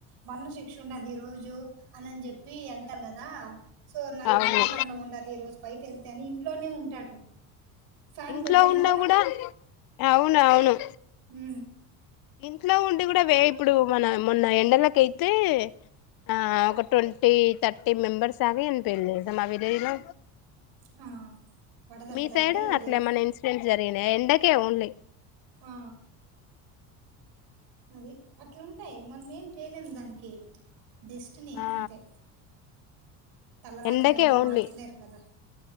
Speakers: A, on the right; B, on the left.
A: మరణ శిక్ష ఉండదు ఈ రోజు అని అని చెప్పి అంటారు కదా సో నాకు
B: అవును
A: మరణకండం ఉండదు ఈ రోజు పై వెళ్తేని ఇంట్లోనే ఉంటాడు ఫ్యాన్
B: ఇంట్లో
A: పడి చనిపోలా
B: ఉన్నా కూడా అవును అవును
A: హు
B: ఇంట్లో ఉండి కూడా వే ఇప్పుడు మన మొన్న ఎండలక అైతే ఆ ఒక ట్వంటీ థర్టీ మెంబర్స్ ఆగ అని పెళ్ మా విలేజ్ లో
A: ఆ వడదెబ్బ
B: మీ సైడ్
A: తగిలి ఇదై
B: అట్లే ఏమన్నా ఇన్సిడెంట్ జరిగినా ఎండకే ఓన్లీ
A: ఆ అది అట్లుంటాయి మనం ఏం చేయలేం దానికి డెస్ట్ని
B: ఆ
A: అంతే తలరాత్రనివ
B: ఎండకే ఓన్లీ
A: మార్చలేరు కదా